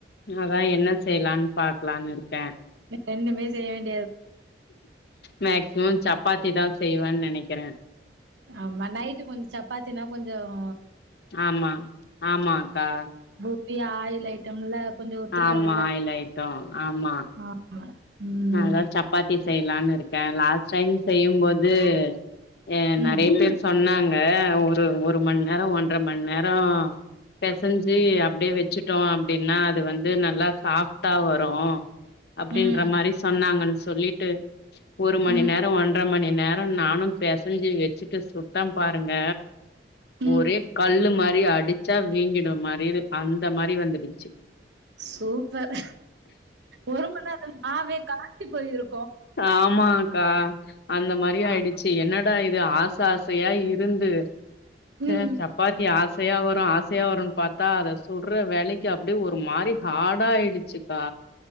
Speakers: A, on the left; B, on the right.
A: அதா என்ன செய்யலான் பாக்கலான் இருக்கே
B: ரெண்டுமே செய்ய வேண்
A: மேக்ஸிமம் சப்பாத்தி தா செய்வேன் நனைக்கறே
B: ஆமா நைட்டு கொஞ்ச சப்பாத்தினா கொஞ்சம்
A: ஆம்மா ஆமா க்கா
B: ப்ரிய ஆயில் ஐட்டம்ல கொஞ்சோ ஒத்துக்காதுல்ல
A: ஆம்மா ஆயில் ஐட்டம் ஆமா
B: ஆமா ம்
A: அதா சப்பாத்தி செய்யலான்னு இருக் கே லாஸ் செய்ன் செய்யும் போது கே
B: ம்
A: நறைய பேர் சொன்னாங் ஆ ஒரு ஒரு மண் நேரம் ஒன்றரை மண் நேரம் பிசைஞ்சு அப்டியே வச்சுட்டோம் அப்டின்னா வந்து நல்லா சாப்டா வரும் அப்டின்ற
B: ம்
A: மாரி சொன்னாங்கன்னு சொல்லிட்டு ஒரு மணி
B: ம்
A: நேரோ ஒன்ற மணி நேரோ நானு பெசஞ்சி வச்சிட்டு சுட்டே பாருங்க
B: ம்
A: ஒரே கல்லு மாரி அ டிச்சா வீங்கிடு மாரிரு அந்த மாரி வந்துடுச்சு.
B: சூப்பர் ஒரு மணி நேரோ மாவே கா ஞ்சு போயிரு
A: ஆமா க்கா அந்த மாரி ஆயிடுச்சு
B: ஆ
A: என்னடா இ து ஆச ஆசயா இருந்து ச்சே
B: ம்
A: சப்பாத்தி ஆசையா வரு ஆசையா வருன்னு பாத் தா அத சுட்ற வேளைக்கி அப்டியே ஒரு மாரி ஹாடா ஆயிடு ச்சுக்கா